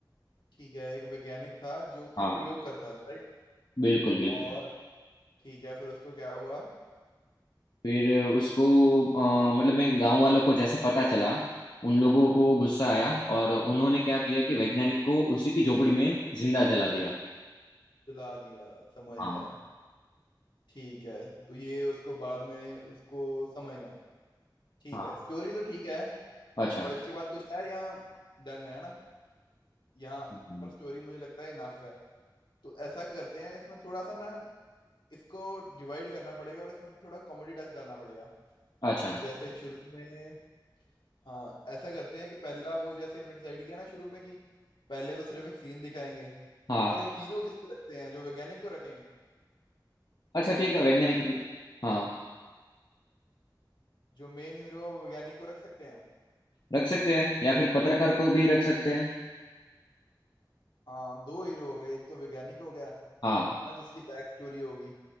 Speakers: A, on the left; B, on the left.
A: ठीक है एक वैज्ञानिक था जो कि
B: हाँ
A: प्रयोग करता था राइट
B: बिल्कुल बिल्कुल
A: और ठीक है फिर उसको क्या हुआ
B: फिर उसको अ, मतलब मैं गांव वालों को जैसे पता चला उन लोगों को गुस्सा आया और उन्होंने क्या किया कि वैज्ञानिक को उसी की झोपड़ी में जिंदा जला दिया
A: जला दिया समझ
B: हाँ
A: गया ठीक है तो ये उसको बाद में उसको समझ गया ठीक
B: हाँ
A: है स्टोरी तो ठीक है
B: अच्छा
A: और इसके बाद कुछ है या डन है ना यहाँ
B: हम्म,
A: पर स्टोरी मुझे लगता है इनफ है तो ऐसा करते हैं इसमें थोड़ा सा ना इसको डिवाइड करना पड़ेगा और इसमें थोड़ा कॉमेडी टच डालना पड़ेगा
B: अच्छा
A: जैसे शुरू में हाँ ऐसा करते हैं कि पहला वो जैसे हमने डिसाइड किया ना शुरू में कि पहले तो सिर्फ एक सीन दिखाएंगे
B: हाँ
A: और हीरो किसको रखते हैं जो वैज्ञानिक को रखें
B: अच्छा ठीक है वैज्ञानिक
A: क्या ख्याल है
B: हाँ
A: जो मेन हीरो है वो वैज्ञानिक को रख सकते हैं
B: रख सकते हैं या फिर पत्रकार को भी रख सकते हैं
A: हाँ दो हीरो हो गए एक तो वैज्ञानिक हो गया है
B: हाँ
A: ना जिसकी बैक स्टोरी होगी